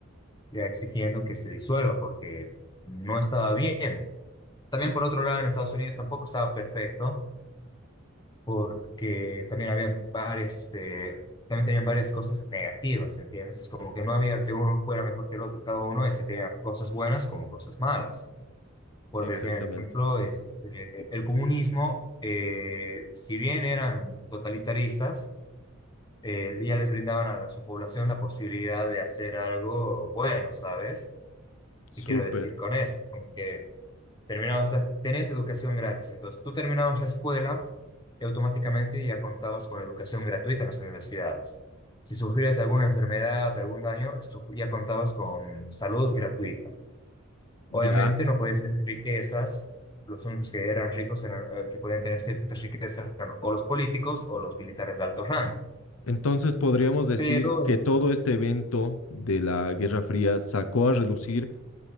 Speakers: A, on the left (about 20°); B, on the left (about 80°).
A: ya exigiendo que se disuelva porque no estaba bien. También, por otro lado, en Estados Unidos tampoco estaba perfecto porque también habían varias, este, también tenían varias cosas negativas, ¿entiendes? Es como que no había que uno fuera mejor que el otro, cada uno este, tenía cosas buenas como cosas malas. Por
B: Exactamente.
A: ejemplo, este, el comunismo, eh, si bien eran totalitaristas, eh, ya les brindaban a su población la posibilidad de hacer algo bueno, ¿sabes? ¿Qué
B: Súper,
A: quiero decir con eso? Como que Terminabas la, tenías educación gratis, entonces tú terminabas la escuela y automáticamente ya contabas con educación gratuita en las universidades. Si sufrías de alguna enfermedad, algún daño, suf- ya contabas con salud gratuita. Obviamente
B: ya.
A: no podías tener riquezas, los únicos que eran ricos eran, eh, que podían tener ciertas riquezas eran o los políticos o los militares de alto rango.
B: Entonces podríamos decir
A: Pero,
B: que
A: eh,
B: todo este evento de la Guerra Fría sacó a relucir